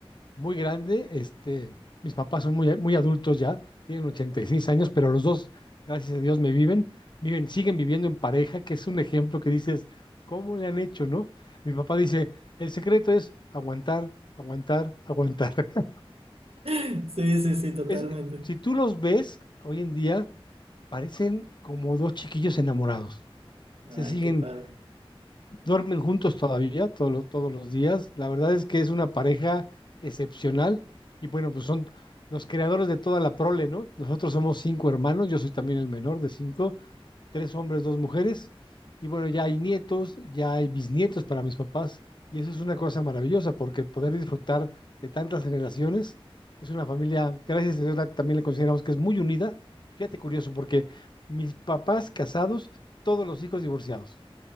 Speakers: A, on the left; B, on the right.
A: muy grande. Este, mis papás son muy, muy adultos ya, tienen 86 años, pero los dos, gracias a Dios, me viven, viven, siguen viviendo en pareja, que es un ejemplo que dices, ¿cómo le han hecho, no? Mi papá dice, el secreto es aguantar, aguantar, aguantar. <laughs>
B: <laughs> Sí, sí, sí, totalmente.
A: Es, si tú los ves hoy en día, parecen como dos chiquillos enamorados. Se
B: Ay,
A: siguen
B: qué padre.
A: Duermen juntos todavía, todos los, todos los días. La verdad es que es una pareja excepcional. Y bueno, pues son los creadores de toda la prole, ¿no? Nosotros somos cinco hermanos, yo soy también el menor de cinco, tres hombres, dos mujeres. Y bueno, ya hay nietos, ya hay bisnietos para mis papás. Y eso es una cosa maravillosa, porque poder disfrutar de tantas generaciones es una familia, gracias a Dios, la- también le consideramos que es muy unida. Fíjate curioso, porque mis papás casados, todos los hijos divorciados.